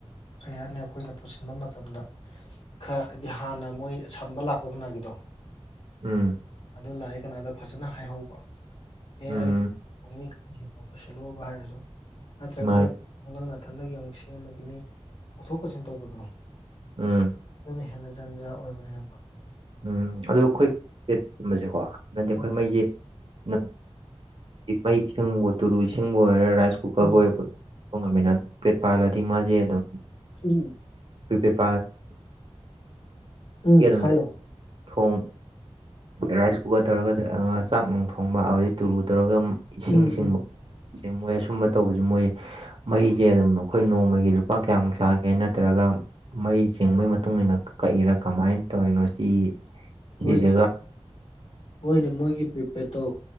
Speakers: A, on the left (about 55°); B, on the right (about 55°).
A: ꯀꯔꯤ ꯍꯥꯏꯅꯤ ꯑꯩꯈꯣꯏꯅ ꯄꯨꯁꯤꯟꯕ ꯃꯇꯝꯗ ꯈꯔ ꯍꯥꯏꯗꯤ ꯍꯥꯟꯅ ꯃꯣꯏ ꯁꯝꯕ ꯂꯥꯛꯄ ꯀꯅꯥꯒꯤꯗꯣ
B: ꯎꯝ
A: ꯑꯗꯨ ꯂꯥꯛꯑ ꯀꯥꯟꯗ ꯐꯖꯅ ꯍꯥꯏꯍꯧꯕ ꯑꯦ
B: ꯎꯝ
A: ꯑꯩ ꯄꯨꯛꯅꯤꯡ ꯈꯔ ꯍꯤꯡꯉꯛꯄꯁꯤ ꯂꯨꯕ ꯍꯥꯏꯔꯁꯨ ꯅꯠꯇ꯭ꯔꯒꯗꯤ
B: ꯃꯥꯅꯤ
A: ꯅꯪꯅꯊꯪꯅꯒꯤ ꯑꯃꯨꯛ ꯁꯦꯝꯃꯒꯤ ꯃꯤ ꯀꯥꯎꯊꯣꯛ ꯀꯧꯁꯤꯟ ꯇꯧꯕꯗꯣ
B: ꯎꯝ
A: ꯑꯗꯨꯅ ꯍꯦꯟꯅ ꯖꯟꯖꯥ ꯑꯣꯏꯕꯅꯦꯕ
B: ꯎꯝ ꯑꯗꯣ ꯑꯩꯈꯣꯏꯦ ꯆꯕꯁꯦꯀꯣ ꯅꯪꯗꯤ ꯑꯩꯈꯣꯏ
A: ꯎꯝ
B: ꯃꯩꯁꯦ ꯪ ꯃꯩ ꯏꯁꯤꯡꯕꯨ ꯇꯨꯔꯨ ꯏꯁꯤꯡꯕꯨ ꯑꯣꯏꯔ ꯔꯥꯏꯁ ꯀꯨꯀꯔꯕꯨ
A: ꯎꯝ
B: ꯑꯣꯏꯔ ꯉꯃꯤꯅ ꯄꯦꯠ ꯄꯥꯜꯂꯗꯤ ꯃꯥꯁꯦ ꯑꯗꯨꯝ
A: ꯎꯝ
B: ꯄ꯭ꯔꯤꯄꯦꯗ ꯄꯥꯜꯂꯗꯤ
A: ꯎꯝ
B: ꯑꯗꯨꯝ
A: ꯍꯥꯏꯣ
B: ꯊꯣꯡ ꯔꯥꯏꯁ ꯀꯨꯀꯔ ꯇꯧꯔꯒ ꯆꯥꯛ ꯅꯨꯡ ꯊꯣꯡꯕ ꯑꯗꯒꯤ ꯇꯨꯨꯔꯨ ꯇꯧꯔꯒ ꯏꯁꯤꯡ
A: ꯎꯝ
B: ꯆꯤꯡꯕꯁꯦ
A: ꯎꯝ
B: ꯃꯣꯏ ꯑꯁꯨꯝꯕ ꯇꯧꯕꯁꯦ ꯃꯣꯏ ꯃꯩꯁꯦ ꯑꯗꯨꯝ ꯑꯩꯈꯣꯏ ꯅꯣꯡꯃꯒꯤ ꯂꯨꯄꯥ ꯀꯌꯥꯃꯨꯛ ꯆꯥꯒꯦ ꯅꯠꯇ꯭ꯔꯒ ꯃꯩ ꯆꯤꯡꯕꯒꯤ ꯃꯇꯨꯡ ꯏꯟꯅ ꯀꯛꯏꯔꯥ ꯀꯃꯥꯏꯅ ꯇꯧꯔꯤꯅꯣ ꯁꯤ ꯁꯤꯁꯤꯒ
A: ꯃꯣꯏꯒꯤ ꯍꯣꯏꯅꯦ ꯃꯣꯏꯒꯤ ꯄ꯭ꯔꯤꯄꯦꯠꯇꯣ